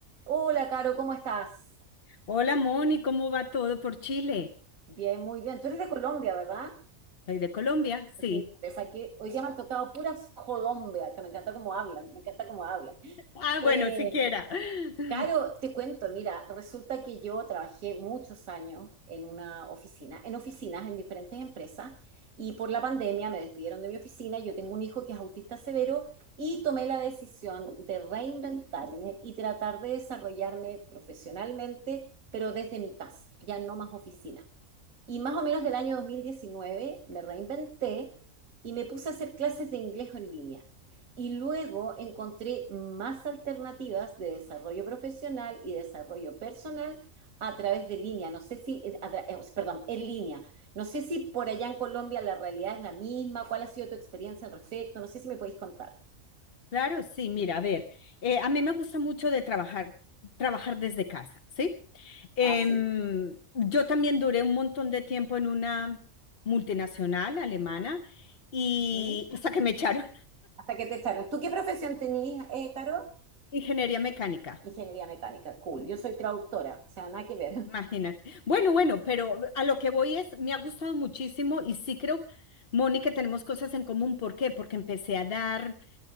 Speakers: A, on the right; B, on the left.
A: Hola, Caro, ¿cómo estás?
B: Hola Moni, ¿cómo va todo por Chile?
A: Bien, muy bien. Tú eres de Colombia, ¿verdad?
B: ¿Soy de Colombia? Sí.
A: Sí, te saqué. Hoy día me han tocado puras Colombia, que me encanta cómo hablan, me encanta cómo hablan.
B: Ah,
A: Eh,
B: bueno, siquiera. <laughs>
A: Caro, te cuento, mira, resulta que yo trabajé muchos años en una oficina, en oficinas, en diferentes empresas, y por la pandemia me despidieron de mi oficina. Yo tengo un hijo que es autista severo y tomé la decisión de reinventarme y tratar de desarrollarme profesionalmente, pero desde mi casa, ya no más oficina. Y más o menos del año 2019 me reinventé y me puse a hacer clases de inglés en línea. Y luego encontré más alternativas de desarrollo profesional y desarrollo personal a través de línea. No sé si, eh, a tra- eh, perdón, en línea. No sé si por allá en Colombia la realidad es la misma. ¿Cuál ha sido tu experiencia al respecto? No sé si me podéis contar.
B: Claro, sí, mira, a ver, eh, a mí me gusta mucho de trabajar, trabajar desde casa, ¿sí? Em,
A: Ah, sí.
B: yo también duré un montón de tiempo en una multinacional alemana y
A: ¿Mm?
B: hasta que me echaron
A: Hasta que te echaron. ¿Tú qué profesión tenías, eh, Caro?
B: <laughs> ingeniería mecánica,
A: Ingeniería mecánica. Cool. Yo soy traductora. O sea, nada que ver.
B: imagínate. Bueno, bueno, pero a lo que voy es, me ha gustado muchísimo y sí creo, Moni, que tenemos cosas en común. ¿Por qué? Porque empecé a dar